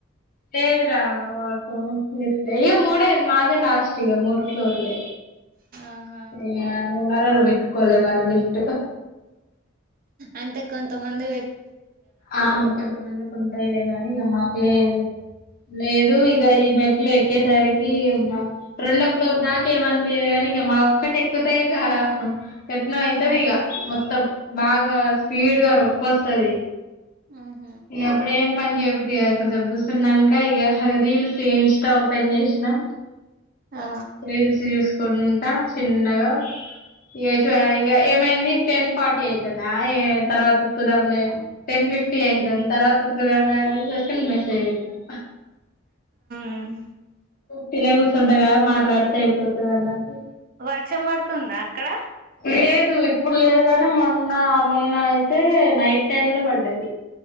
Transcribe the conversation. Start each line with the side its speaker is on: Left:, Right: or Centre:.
Left: లేదురా వాళ్ళకు లిఫ్టు ఇయ మూడే మాదే లాస్ట్ ఇగా మూడు ఫోర్లే
Right: ఆహా
Left: ఇగ ఓనరోల్లు బెట్టుకోలే మరి లిఫ్ట్
Right: అంతే కొంత మంది
Left: అవును కొంతమందికి ఉంటాయిలే గాని ఇగ మాకు లేదు లేదు ఇగ ఈ మెట్లు ఎక్కేసరికి రెండో ఫ్లోర్ దాకా ఏమనిపియదు గాని మా ఒక్కటి ఎక్కుతే ఇగ ఎట్నో అయితది
Right: ఆ
Left: ఇగ మొత్తం బాగా స్పీడ్ గా రొప్పొస్తది
Right: ఆహా
Left: ఇగ అప్పుడే పనీ చేయబుద్ధి కాదు కొద్ది కాసేపు కూర్చొనంక ఇక రీల్స్ ఇన్స్టా ఓపెన్ చేసినా
Right: ఆ
Left: రీల్స్ చూసుకుంటా చిన్నగా ఇ చ ఇక ఏమైంది టెన్ ఫార్టీ అవుతుందా ఏ తర్వాతకుదాంలే టెన్ ఫిఫ్టీ అయితాంది తర్వాత ఉతుకుదాము అనే సరికి నువ్వు మెసేజ్ పెట్టినావు
Right: ఆమ్
Left: తినే కూర్చుంటగా మాట్లాడితే అయిపోతుంది అన్నట్టు
Right: వర్షం పడుతుందా అక్కడ
Left: లేదు ఇప్పుడు లేదు గానీ మొన్న మొన్న అయితే నైట్ టైమ్ లో బడ్డది